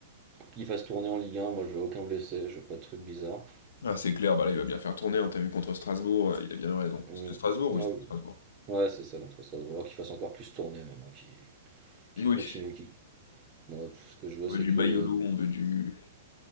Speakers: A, on the right (about 35°); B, on the left (about 80°).
A: hein. qu'ils fassent tourner en Ligue 1, moi je veux aucun blessé, je veux pas de trucs bizarres.
B: Ah, c'est clair, bah là, il va bien faire tourner, hein, T'as vu contre Strasbourg, euh, il a bien raison.
A: Mm.
B: C'était Strasbourg, oui,
A: Ah
B: c'était
A: oui.
B: Strasbourg.
A: Ouais, c'est ça contre ça, Voir qu'ils fassent encore plus tourner même, hein, qui qu'ils
B: Oui,
A: continuent, qu'ils- Moi tout ce que je veux
B: On
A: c'est
B: veut du
A: que
B: Mayolo,
A: le...
B: on veut du.